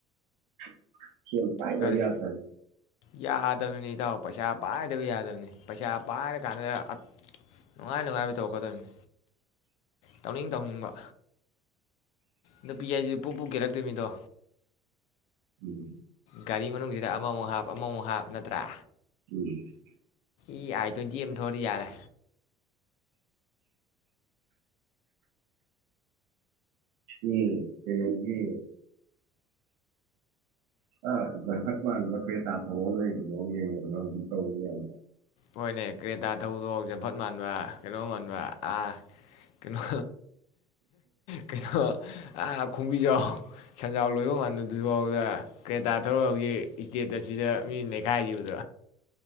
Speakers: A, on the right; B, on the left.
A: <inaudible> ꯁꯦꯟ ꯄꯥꯏꯗꯕ
B: ꯀꯔꯤ
A: ꯌꯥꯗꯕꯅꯤ
B: ꯌꯥꯗꯕꯅꯤ ꯏꯇꯥꯎ ꯄꯩꯁꯥ ꯄꯥꯏꯗꯕ ꯌꯥꯗꯕꯅꯤ ꯄꯩꯁꯥ ꯄꯥꯏꯔ ꯀꯥꯟꯗꯨꯗ ꯅꯨꯡꯉꯥꯏ ꯅꯨꯡꯉꯥꯏꯕ ꯇꯧꯔꯛꯀꯗꯕꯅꯤ ꯇꯧꯅꯤꯡ ꯇꯧꯅꯤꯡꯕ ꯅꯨꯄꯤ ꯍꯥꯏꯁꯤꯗꯤ ꯄꯨꯞ ꯄꯨꯞ ꯀꯦꯂꯛꯇꯣꯏꯃꯤꯗꯣ꯫
A: <unintelligible>
B: ꯒꯥꯔꯤ ꯃꯅꯨꯡꯁꯤꯗ ꯑꯃꯃꯨꯛ ꯍꯥꯞ ꯑꯃꯃꯨꯛ ꯍꯥꯞ ꯅꯠꯇ꯭ꯔꯥ
A: <unintelligible>
B: ꯏ ꯑꯥꯏ ꯇꯣꯏꯟꯇꯤ ꯑꯃ ꯊꯧꯔꯗꯤ ꯌꯥꯔꯦ꯫
A: ꯎꯝ ꯀꯩꯅꯣꯒꯤ <unintelligible>
B: ꯍꯣꯏꯅꯦ ꯀ꯭ꯔꯦꯇꯥ ꯊꯧꯕꯗꯣ ꯖꯝꯐꯠ ꯃꯥꯟꯕ ꯀꯩꯅꯣ ꯃꯥꯟꯕ ꯑꯥ ꯀꯩꯅꯣ ꯀꯩꯅꯣ ꯑ ꯈꯣꯡꯕꯤꯖꯥꯎ ꯁꯦꯟꯖꯥꯎ ꯂꯣꯏꯕ ꯃꯥꯟꯕꯗꯨꯕꯥꯎꯗ ꯀ꯭ꯔꯦꯇꯥ ꯊꯧꯔ ꯍꯧꯖꯤꯛ ꯏꯁꯇꯦꯇꯁ ꯑꯁꯤꯗ ꯃꯤ ꯅꯩꯈꯥꯏ ꯎ <unintelligible>